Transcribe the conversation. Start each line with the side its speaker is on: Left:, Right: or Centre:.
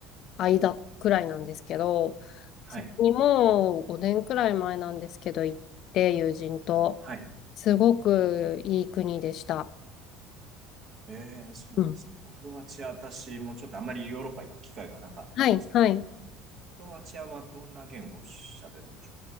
Left: 間くらいなんですけど、
Right: はい。
Left: そこにもう5年くらい前なんですけど、行って、友人と、
Right: はい。
Left: すごくいい国でした。
Right: えー、そうですね。
Left: うん。
Right: クロアチア、私もちょっとあまりヨーロッパ行く機会がなかったんですけども、
Left: はい。はい。
Right: クロアチアはどんな言語を喋るんでしょ